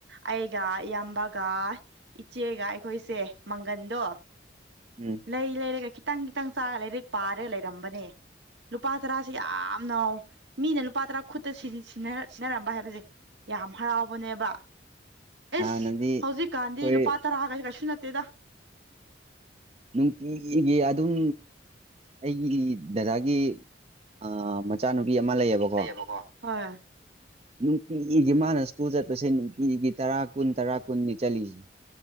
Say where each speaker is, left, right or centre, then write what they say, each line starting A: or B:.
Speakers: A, on the right; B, on the right.
A: ꯑꯩꯒ ꯏꯌꯥꯝꯕꯒ ꯏꯆꯦꯒ ꯑꯩꯈꯣꯏꯁꯦ ꯃꯪꯒꯟꯗꯣ
B: ꯎꯝ
A: ꯂꯩ ꯂꯩꯔꯒ ꯈꯤꯇꯪ ꯈꯤꯇꯪ ꯆꯥꯔꯒ ꯂꯥꯏꯔꯤꯛ ꯄꯥꯔꯒ ꯂꯩꯔꯝꯕꯅꯦ ꯂꯨꯄꯥ ꯇꯔꯥꯁꯤ ꯌꯥꯝꯅ ꯃꯤꯅ ꯂꯨꯄꯥ ꯇꯔꯥ ꯈꯨꯠꯇ ꯁꯤꯁꯤ ꯁꯤꯟꯅꯔꯝꯕ ꯍꯥꯏꯕꯁꯦ ꯌꯥꯝ ꯍꯔꯥꯎꯕꯅꯦꯕ ꯑꯦꯁ
B: ꯍꯥꯟꯅꯗꯤ
A: ꯍꯧꯖꯤꯛꯀꯥꯟꯗꯤ
B: ꯑꯩꯈꯣꯏ
A: ꯂꯨꯄꯥ ꯇꯔꯥꯒꯁꯦ ꯀꯩꯁꯨ ꯅꯠꯇꯦꯗ
B: ꯅꯨꯡꯇꯤꯒꯤ ꯑꯗꯨꯝ ꯑꯩꯒꯤ ꯗꯥꯗꯥꯒꯤ ꯑ ꯃꯆꯥꯅꯨꯄꯤ ꯑꯃ ꯂꯩꯌꯦꯕꯀꯣ
A: ꯂꯩꯌꯦꯕꯀꯣ ꯍꯣꯏ
B: ꯅꯨꯡꯇꯤꯒꯤ ꯃꯥꯅ ꯁ꯭ꯀꯨꯜ ꯆꯠꯄꯁꯦ ꯅꯨꯡꯇꯤꯒꯤ ꯇꯔꯥ ꯀꯨꯟ ꯇꯔꯥ ꯀꯨꯟꯅꯤ ꯆꯠꯂꯤꯁꯦ